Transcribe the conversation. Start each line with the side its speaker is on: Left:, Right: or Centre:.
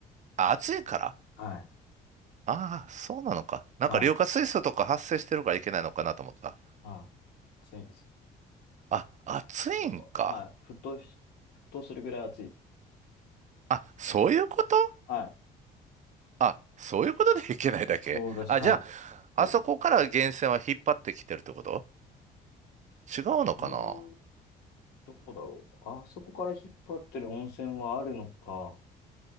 Right: あ、暑いから
Left: はい。
Right: ああ、そうなのか。なんか硫化水素とか発生してるからいけないのかなと思った。
Left: はい。あ、暑いんです
Right: あ、暑いんか。
Left: よ。はい。沸騰し、沸騰するぐらい暑い。
Right: あ、そういうこと
Left: はい。
Right: あ、そういうことでいけないだけ。
Left: そうらしい。
Right: あ、
Left: はい。
Right: じゃ
Left: そうだと思います。
Right: あ、あそこから源泉は引っ張ってきてるってこと違うのかな
Left: うんどうだろう。あそこから引っ張ってる温泉はあるのか、